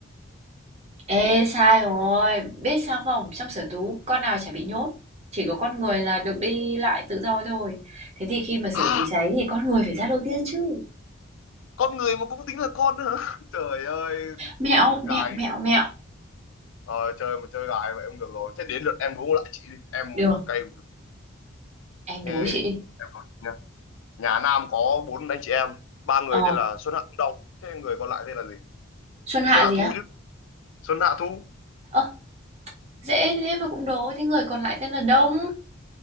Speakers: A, on the right (about 35°); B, on the left (about 70°).
A: Ê, sai rồi. Biết sao không? Trong sở thú con nào chả bị nhốt. Chỉ có con người là được đi lại tự do thôi. Thế thì khi mà sở
B: à
A: thú cháy thì con người phải ra đầu tiên chứ.
B: con người mà cũng tính là con nữa hả? <laughs> trời ơi
A: Mẹo, mẹo,
B: gài
A: mẹo, mẹo.
B: Ờ, chơi mà chơi gái vậy không được rồi thế đến lượt em đố lại chị đi em
A: Được,
B: cay
A: em
B: thế
A: đố chị đi.
B: em nói chị nha nhà Nam có bốn anh chị em ba người
A: Ờ,
B: tên là Xuân Hạ Thu Đông thế người còn lại tên là gì
A: Xuân Hạ
B: Xuân Hạ
A: gì
B: Thu
A: á?
B: chứ Xuân Hạ Thu
A: Ơ, dễ thế mà cũng đố. Thế người còn lại tên là Đông.